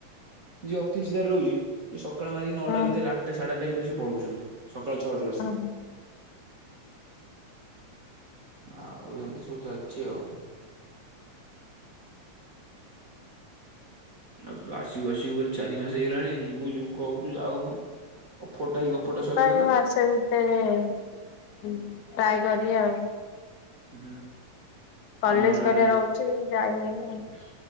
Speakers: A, on the right; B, on the left.
A: ଯିଏ ଅଫିସ ଯାର ରହୁଚି ରହୁଛି ସେ ସ ସକାଳ ମାରିକି ନଅଟା
B: ହୁଁ
A: ଭିତରେ ଆଠଟା ସାଢେ ଆଠଟା ଭିତରେ ସେ ପଳଉଛନ୍ତି ସକାଳୁ ଛଅଟାରୁ ଆସିକି।
B: ହୁଁ।
A: ଆଉ ଏମିତି ସବୁ ଚାଲିଛି ଆଉ। ଆଉ ତୁ ଆସିବୁ ଆସିବୁ ବୋଲି ଚାରି ମାସ ହେଇଗଲାଣି ଯିବୁ ଯିବୁ କହୁଛୁ ଯାଉନୁ। ଅଫରଟା ଏଇ ଗପଟା
B: ସେଥିପାଇଁ
A: ସରିଗଲା
B: ମୁଁ ମାସେ ଭିତରେ ଟ୍ରାଏ କରି ଆଉ।
A: ହୁଁ
B: କଲେଜ
A: ଆମର
B: କରିବା ରହୁଛି ଯାଇ ହଉନି
A: <unintelligible>
B: ଆଉ।